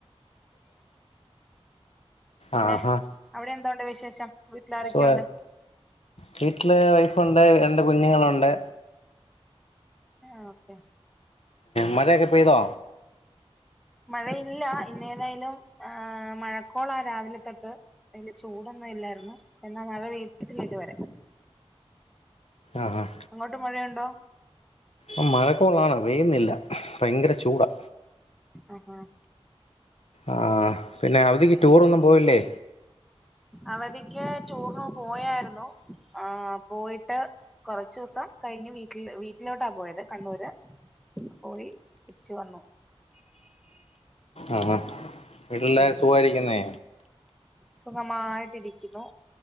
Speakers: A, in the centre; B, on the left.
A: പിന്നെ
B: ആഹ് ആഹ്
A: അവിടെ എന്തണ്ട് വിശേഷം വീട്ടിലാരൊക്കെയുണ്ട്
B: സുഖ വീട്ടില് വൈഫുണ്ട് രണ്ട് കുഞ്ഞുങ്ങളുണ്ട്
A: ആഹ് ഓക്കെ
B: മഴയാക്കെ പെയ്തോ
A: മഴയില്ല ഇന്നേതായാലും ഏഹ് മഴക്കോളാ രാവിലെ തൊട്ട് അതില് ചൂടൊന്നും ഇല്ലായിരുന്നു പക്ഷെ എന്നാ മഴെ പെയ്തിട്ട് ഇല്ല ഇതുവരെ
B: ആഹ് ആഹ്
A: അങ്ങോട്ട് മഴയുണ്ടോ
B: ഉം മഴ കോളാണ് പെയ്യുന്നില്ല ഭയങ്കര ചൂടാ
A: ആഹ് ആഹ്
B: ആഹ് പിന്നെ അവധിക്ക് ടൂറൊന്നും പോയില്ലേ
A: അവധിക്ക് ടൂറിന് പോയായിരുന്നു ആഹ് പോയിട്ട് കൊറച്ചൂസം കഴിഞ്ഞ് വീട്ടില് വീട്ടിലോട്ടാ പോയത് കണ്ണൂര് പോയി തിരിച്ച് വന്നു
B: ആഹ് ആഹ് വീട്ടുള്ളാരും
A: ഉം
B: സുഖായിരിക്കുന്നേ
A: സുഖമായിട്ടിരിക്കുന്നു